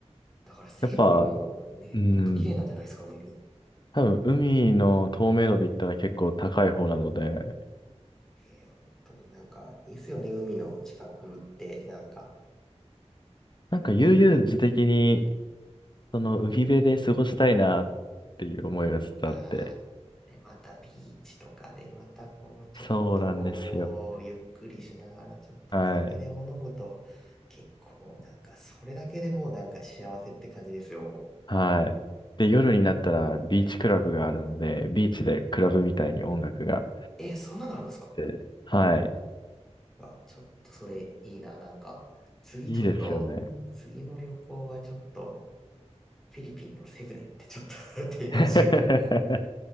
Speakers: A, in the centre; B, on the left (about 40°).
A: だからセブもね、
B: やっぱ、うん、
A: もっと綺麗なんじゃないですか、海。
B: 多分海の透明度で言ったら結構高い方なので、
A: えー本当になんかいいですよね、海の近くって、なんか。
B: なんか悠々自適に、その海辺で過ごしたいなっていう思いがずっとあって。
A: が、で、またビーチとかで、またこう、ちょっとこう、
B: そうなんですよ。
A: ゆっくりしながら、ちょっとお酒でも飲むと、
B: はい。
A: 結構なんか、それだけでもうなんか幸せって感じですよ。も
B: はい。で、夜になったらビーチクラブがあるので、ビーチでクラブみたいに音楽があっ
A: うえ、そんなのあるんですか
B: て、はい。
A: あ、ちょっとそれいいな。なんか、次ちょっと、
B: いいですよね。
A: 次の旅行はちょっと、フィリピンのセブでってちょっと <laughs> 提案しようか
B: <laughs>